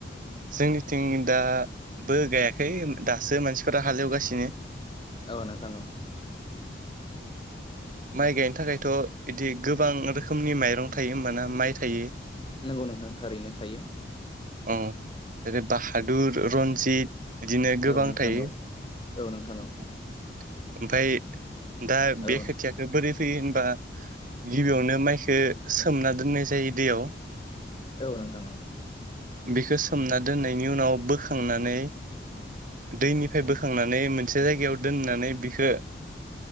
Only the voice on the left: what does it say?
औ नोंथां औ।
नोंगौ नोंथां थारैनो थायो।
औ नोंथां
औ औ नोंथां औ
औ नोंथां
औ नोंथां औ।